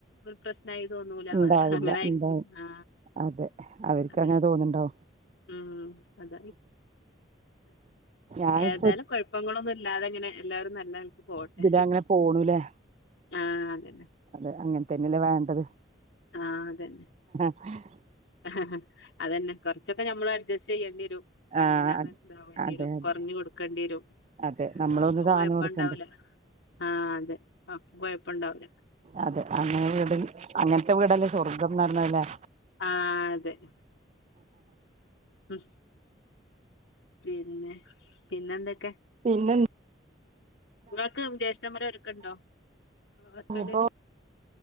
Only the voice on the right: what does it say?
ഉണ്ടാവില്ല
ഉണ്ടാവും
അതെ അവർക്ക്
അങ്ങനെ തോന്നുന്നുണ്ടോ
ഞാൻ
ഇപ്പൊ
ഇതിൽ അങ്ങനെ പോണൂലേ
അതെ അങ്ങനെത്തന്നെയല്ലേ വേണ്ടത്
ആഹ
ആ അത്
അതെ
അതെ
അതെ നമ്മളൊന്ന്
താന്ന്
കൊടുക്കണ്ടേ
അതെ അങ്ങനെ വീട് അങ്ങനത്തെ വീടല്ലേ സ്വർഗംന്ന് പറഞ്ഞല്ലേ
പിന്നെ
ഇനിയിപ്പോ